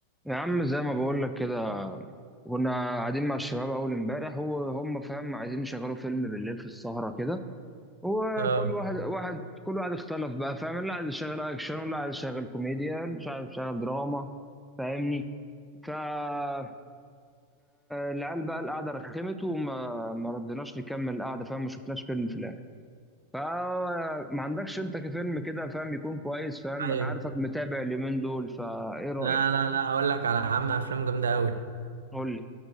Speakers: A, in the centre; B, on the right (about 70°).
A: يا عم زي ما بقول لك كده كنا قاعدين مع الشباب اول امبارح وهم فاهم عايزين يشغلوا فيلم بالليل في السهرة كده وكل
B: اه
A: واحد واحد كل واحد اختلف بقى فاهم اللي عايز يشغل اكشن واللي عايز يشغل كوميديا اللي مش عايز يشغل دراما فاهمني ف آه، العيال بقى القعدة رخمت وما ما ردناش نكمل القعدة فاهم ما شفناش فيلم في الاخر فما عندكش انت كفيلم كده فاهم يكون كويس فاهم
B: ايوه
A: انا عارفك متابع اليومين دول فايه رأيك
B: لا لا لا هقول لك على عم افلام جامده قوي
A: قول لي